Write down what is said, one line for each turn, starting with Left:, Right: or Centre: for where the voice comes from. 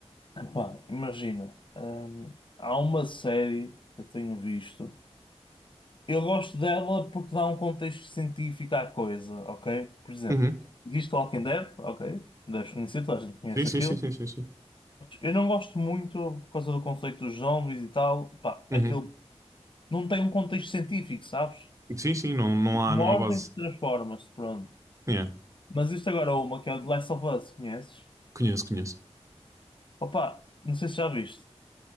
Left: epá, imagina, ahm, há uma série que eu tenho visto. Eu gosto dela porque dá um contexto científico à coisa, ok? Por exemplo,
Right: uhum.
Left: viste Walking Dead? Ok, deves conhecer, toda a gente conhece
Right: Sim, sim,
Left: aquilo.
Right: sim, sim, sim, sim.
Left: Eu não gosto muito por causa do conceito dos zombies e tal. Pá,
Right: Uhum.
Left: aquilo não tem um contexto científico, sabes?
Right: Sim, sim, não, não há,
Left: Uma
Right: não
Left: ordem
Right: há base.
Left: que transforma-se, pronto.
Right: É,
Left: Mas isto agora é uma que é o The Last of Us, conheces?
Right: conheço, conheço.
Left: Opa, não sei se já viste.